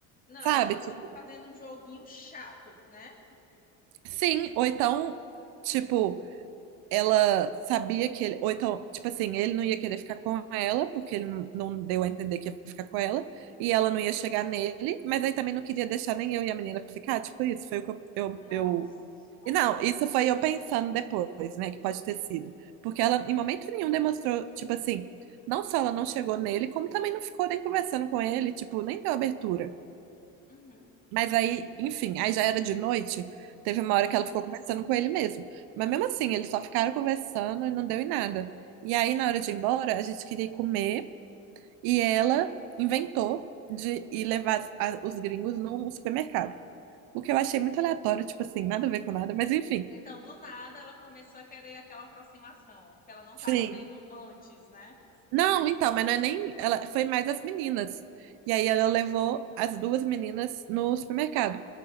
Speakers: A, on the left (about 20°); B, on the right (about 75°).
A: Não,
B: sabe?
A: ela tava,
B: Tipo,
A: tipo, fazendo um joguinho chato, né?
B: sim, ou então, tipo, ela sabia que ele, ou então, tipo assim, ele não ia querer ficar com ela, porque ele não não deu a entender que ia ficar com ela, e ela não ia chegar nele, mas aí também não queria deixar nem eu e a menina ficar, tipo, isso foi o que eu, eu,
A: Nossa.
B: eu E não, isso foi eu pensando depois, né, que pode ter sido. Porque ela, em momento nenhum, demonstrou, tipo assim, não só ela não chegou nele, como também não ficou nem conversando com ele, tipo, nem deu abertura.
A: Uhum.
B: Mas aí, enfim, aí já era de noite, teve uma
A: Sim.
B: hora que ela ficou conversando com ele mesmo. Mas mesmo assim, eles só ficaram conversando e não deu em nada. E aí, na hora de ir embora, a gente queria ir comer e ela inventou de ir levar as- a- os gringos num supermercado. O que eu achei muito aleatório, tipo assim, nada a ver com nada, mas enfim.
A: Então, do nada, ela começou a querer aquela aproximação que ela não estava
B: Sim.
A: tendo antes, né?
B: Não, então, mas não é nem. Ela foi mais as meninas. E aí ela levou as duas meninas no supermercado.